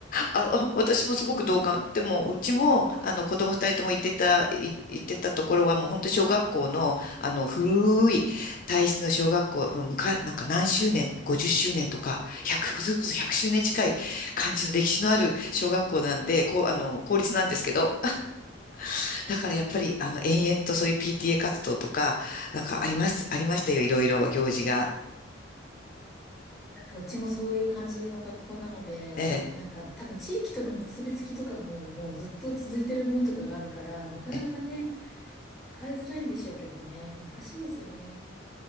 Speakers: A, on the left; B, in the centre.
A: あ、あ私もすごく同感。でも、うちも、あの、子供二人とも行ってた、い行ってたところは、もう本当小学校の、あの、古い体質の小学校、むか、なんか何周年、50周年とか、100、それこそ周年近い感じの歴史のある小学校なんで、こう、あの、公立なんですけど、<laughs> だからやっぱり、あの、延々とそういう PTA 活動とか、なんかあります、ありましたよ、いろいろ行事が。
B: なんか、うちもそういう感じの学校なので、
A: ええ。
B: なんか、多分地域との結びつきとかも、もうずっと続いてるものとかがあるから、なかなかね、
A: ええ
B: 変えづらいんでしょうけどね、難しいですよね。